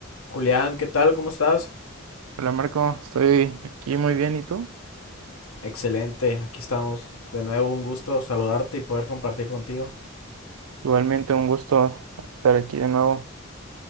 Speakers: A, on the left; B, on the right.
A: Julián, ¿qué tal? ¿Cómo estás?
B: Hola Marco, estoy aquí muy bien, ¿y tú?
A: Excelente, aquí estamos. De nuevo, un gusto saludarte y poder compartir contigo.
B: Igualmente un gusto estar aquí de nuevo.